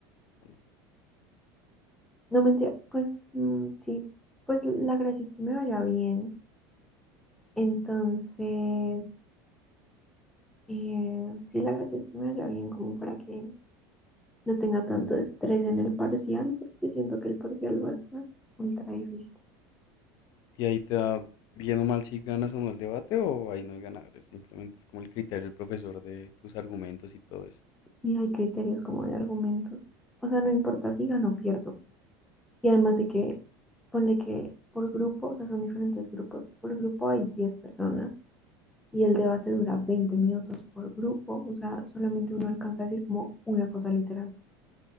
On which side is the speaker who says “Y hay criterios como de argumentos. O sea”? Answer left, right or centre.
Centre